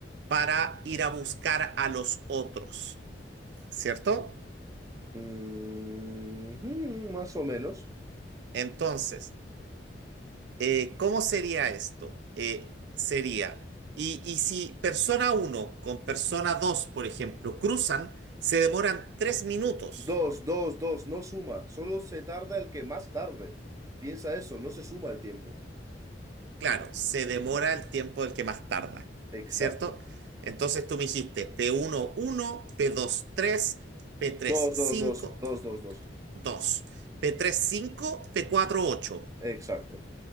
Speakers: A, on the right; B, on the right.
A: para ir a buscar a los otros, ¿cierto?
B: Ujú, más o menos.
A: Entonces, eh, ¿cómo sería esto? Eh, sería, y, y si persona uno con persona 2, por ejemplo, cruzan, se demoran tres minutos.
B: Dos, dos, dos, no suma. Solo se tarda el que más tarde. Piensa eso, no se suma el tiempo.
A: Claro, se demora el tiempo del que más tarda,
B: Exacto.
A: ¿cierto? Entonces tú me dijiste P1, uno uno, p dos tres, p 3
B: Dos,
A: 5
B: dos, dos, dos, dos, dos.
A: 2, p tres cinco, p cuatro ocho,
B: Exacto.